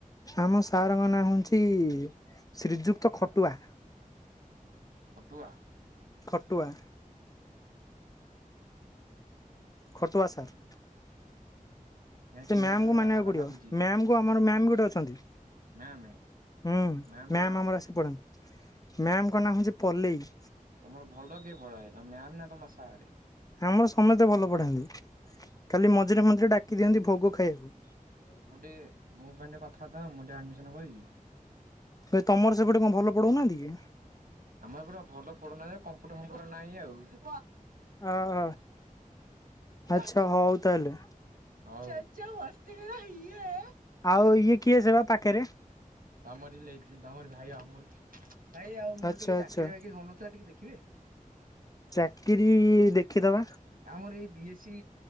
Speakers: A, on the left; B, on the right.
A: ଆମ ସାରଙ୍କ ନାଁ ହଉଁଛି, ଶ୍ରୀଯୁକ୍ତ ଖଟୁଆ।
B: ଖଟୁଆ?
A: ଖଟୁଆ। ଖଟୁଆ ସାର୍।
B: ଏ ଚିହ୍ନା
A: ସେ ମ୍ୟାମଙ୍କୁ
B: ଚିହ୍ନା ଭଳିଆ
A: ମାନିବାକୁ
B: ନାଁ
A: ପଡ଼ିବ।
B: ଟା ଲାଗୁଛି
A: ମ୍ୟାମଙ୍କୁ ଆମର ମ୍ୟାମ ଗୋଟେ ଅଛନ୍ତି।
B: ମ୍ୟାମ
A: ହୁଁ,
B: ମ୍ୟାମଙ୍କ
A: ମ୍ୟାମ
B: ନାଁ କଣ?
A: ଆମର ଆସି ପଢ଼ାନ୍ତି। ମ୍ୟାମଙ୍କ ନାଁ ହଉଛି ପଲେଇ।
B: ତମର ଭଲ କିଏ ପଢ଼ାଏ, ତମ ମ୍ୟାମ୍ ନା ତମ ସାର୍?
A: ଆମର ସମସ୍ତେ ଭଲ ପଢାନ୍ତି। ଖାଲି ମଝିରେ ମଝିରେ ଡାକି ଦିଅନ୍ତି ଭୋଗ ଖାଇଆକୁ।
B: ମୁଁ ଟିକେ, ମୋ ପାଇଁ ଟିକେ କଥାବାର୍ତ୍ତା ହଅ, ମୁଁ ଟିକେ ଆଡମିସନ୍ କରିବି।
A: ବେ ତମର ସେପଟେ କଣ ଭଲ ପଢଉନାହାନ୍ତି କି
B: ଆମ ଏପଟ ଭଲ ପଢୁନା ଯେ, କମ୍ପ୍ୟୁଟର ଫମ୍ପୁଟର ନାହିଁ ଆଉ। <unintelligible> <inaudible>
A: ଅହ ଆଚ୍ଛା
B: ହଉ
A: ତାହେଲେ
B: ହଉ। ଚାଚା ମସ୍ ମେରା ଇଏ
A: ଆଉ ଇଏ କିଏସ ବା ପାଖରେ
B: ତମର ତମର ଭାଇ ଅମୁଲ ଭାଇ ଆଉ ମୋର
A: ଆଚ୍ଛା
B: ଟିକେ ଚାକିରି
A: ଆଚ୍ଛା
B: ବାକିରି ହଉନଥିଲା ଟିକେ ଦେଖିବେ
A: ଚାକିରି ଦେଖିଦବା।
B: ଆମର ଏଇ ବି ଏ ସି